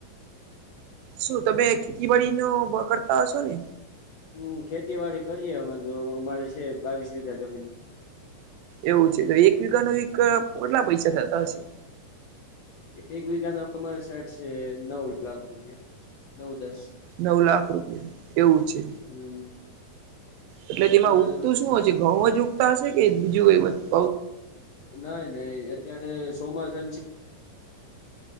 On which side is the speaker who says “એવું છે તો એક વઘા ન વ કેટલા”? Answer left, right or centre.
Right